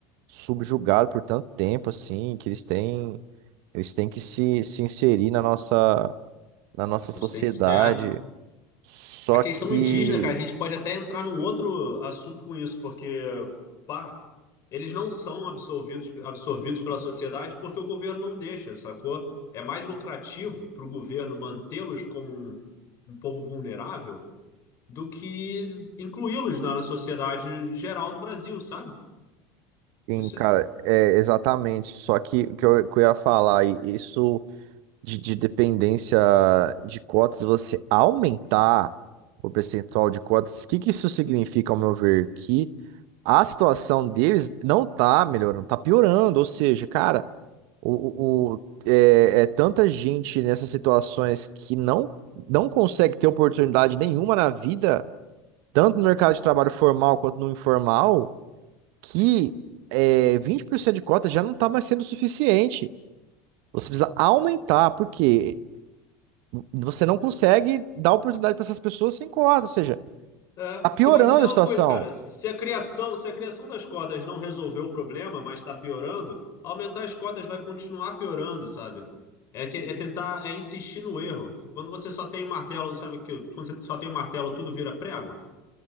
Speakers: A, on the right; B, on the left.
A: subjugado por tanto tempo, assim, que eles têm, eles têm que se, se inserir na nossa, na nossa sociedade.
B: Eles têm que... se- É.
A: Só
B: A questão
A: que,
B: indígena, cara, a gente pode até entrar num outro assunto com isso, porque, pá, eles não são absorvidos absorvidos pela sociedade porque o governo não deixa, sacou? É mais lucrativo pro governo mantê-los como um um povo vulnerável do que incluí-los na na sociedade geral do Brasil, sabe?
A: em,
B: Isso
A: cara, é exatamente. Só que o que eu, que eu ia falar, e isso de, de dependência de cotas, você aumentar o percentual de cotas, o que, que isso significa, ao meu ver? Que a situação deles não tá melhorando, tá piorando. Ou seja, cara. O, o- o- é, é tanta gente nessas situações que não, não consegue ter oportunidade nenhuma na vida, tanto no mercado de trabalho formal quanto no informal, que é, 20% de cota já não está mais sendo suficiente. Você precisa aumentar, porque você não consegue dar oportunidade para essas pessoas sem cota, ou seja,
B: é. é.
A: tá piorando
B: E vou dizer uma
A: a situação,
B: coisa, cara. Se a criação, se a criação das cotas não resolveu o problema, mas está piorando, aumentar as cotas vai continuar piorando, sabe? É, que- é tentar, é insistir no erro. Quando você só tem martelo, sabe que quando você só tem um martelo, tudo vira prego.